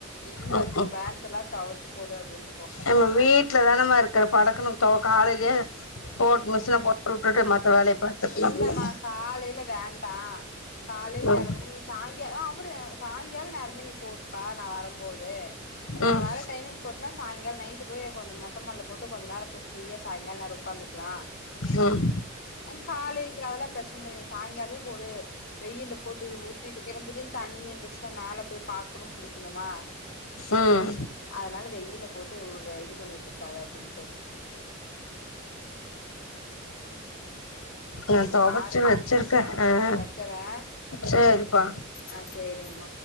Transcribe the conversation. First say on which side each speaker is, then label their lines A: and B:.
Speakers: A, on the left; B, on the left.
A: இல்ல
B: ம் ம்
A: பேண் தவச்சு போடு அப்படின்னு
B: நம்ம வீடல தான நம்மா இருக்கற படக்குனு கால போ மிஷின போ விட்டுட்டு மத்த வேலைய பாத்துக்கலாம்ல
A: இல்லமா காலையில வேண்டா காலையில
B: ம்
A: நேரம நீ சாயங்கால ஆ அவுரு சாயங்கால நேரமே நீ போட்டுப்பா நா வரும்போது
B: ம்
A: நா வார டைமிங் போட்டனா சாயங்காலம் நைட்டு போய் என கொஞ்ச மொட்டைமல்ல போட்டு கெஞ்சா நேர ஃப்ரீயா சாயங்கால நேரம உக்காந்திகலா
B: உம்
A: காலையில இரு அதெல்லா பிரச்சனை நீ சாய்ங்காலமே போடு வெயில போட்டு ஊட்டிட்டுக்க ஏன்னா திடீனு தண்ணி நினன்றறுச்சுன்னா மேலே போய் பார்க்கணும் புடிக்கணுமா
B: உம்
A: அதனால வெயில்ல போட்டு இது பண்ணிட்டு இருக்காத அப்படின்ட்டு
B: என் தோபச்சு
A: பாருங்க
B: வச்சிருக்க ஆஹ
A: வைக்கறே
B: சரிப்பா
A: ஆ சேரிங்கம்மா